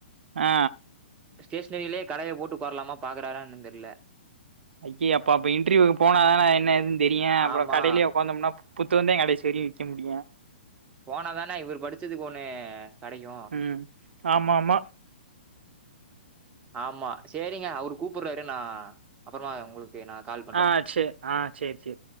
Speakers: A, on the right; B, on the right.
A: ஆ
B: ஸ்டேஷனரியிலெ கடைய போட்டு உக்காரலாம பாக்குறாரானு என்னன் தெர்ல
A: ஐயே அப்ப அப்ப இன்டர்வியூக்கு போனாதான என்ன ஏதுன் தெரியு அப்பறோ
B: ஆமா
A: கடைலே உக்காந்தோம்னா புத்தகந்தா கடைசி வரையு விக்க முடியு
B: போனாதானா இவர் படிச்சதுக்கு ஒன்னு கெடைக்கு
A: ம் ஆமா ஆமா
B: ஆமா சேரிங்க அவரு கூப்புறாரு நா அப்பறமா உங்களு க்கு நா கால் பண்றே
A: ஆ சேரி ஆ சேரி சேரி